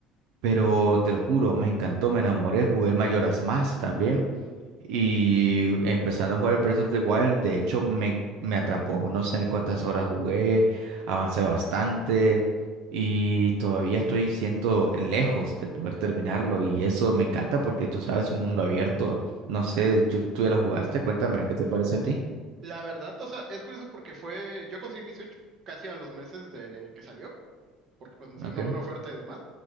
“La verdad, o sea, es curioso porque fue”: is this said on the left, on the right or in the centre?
Right